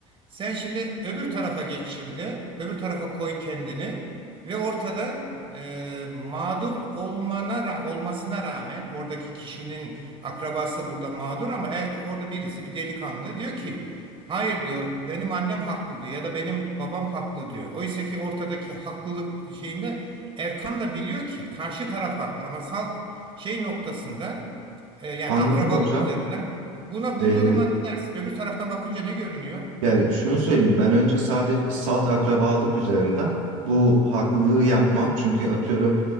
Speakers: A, on the right; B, on the right.
A: Sen şimdi öbür tarafa geç şimdi. Öbür tarafa koy kendini ve ortada e, mağdur olmana ra- olmasına rağmen oradaki kişinin akrabası burada mağdur ama er, orada birisi bir delikanlı diyor ki hayır diyor benim annem haklı diyor ya da benim babam haklı diyor. Oysa ki ortadaki haklılık şeyinde Erkan da biliyor ki karşı taraf haklı ama salt şey noktasında e, yani
B: Anladım
A: akrabalık
B: hocam.
A: üzerinden. Buna
B: Ee,
A: bu duruma ne dersin? Öbür taraftan bakınca ne görünüyor?
B: Ya şunu söyleyeyim ben önce sadece salt akrabalık üzerinden bu haklılığı yapmam. Çünkü atıyorum